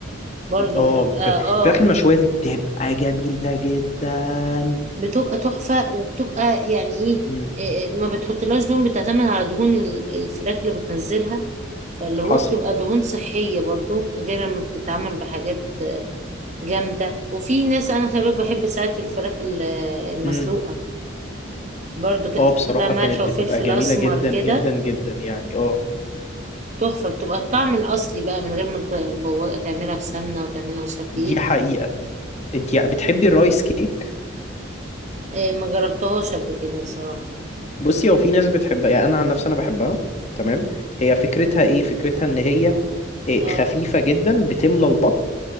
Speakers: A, on the right; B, on the left.
A: برضو
B: اه
A: بتبقى
B: ف- الفراخ
A: اه
B: المشوية دي بتبقى جميلة جدا
A: بتبقى تحفة وبتبقى يعني ايه
B: امم
A: إيه، ما بتحطلهاش دهون بتعتمد على دهون ال- الفراخ اللي بتنزلها فاللي هو
B: حصل
A: بتبقى دهون صحية برضو غير لما بتتعمل بحاجات آه، جامدة وفي ناس انا خلي بالك بحب ساعات الفراخ ال- المسلوقة
B: امم
A: برضو كده
B: اه
A: تحط
B: بصراحة
A: لها ملح
B: كانت
A: وفلفل
B: بتبقى جميلة
A: اسمر
B: جدا
A: كده
B: جدا جدا يعني اه
A: تحفة بتبقى الطعم الأصلي بقى من غير ما تبو- تعملها بسمنة وتعملها مش عارف
B: دي
A: ايه
B: حقيقة انت بتحبي الرايس كيك
A: إيه، ما جربتهاش قبل كده بصراحة
B: بصي هو في ناس بتحبها يعني انا عن نفسي انا بحبها تمام هي فكرتها ايه فكرتها ان هي إيه،
A: اه
B: خفيفة جدا بتملى البطن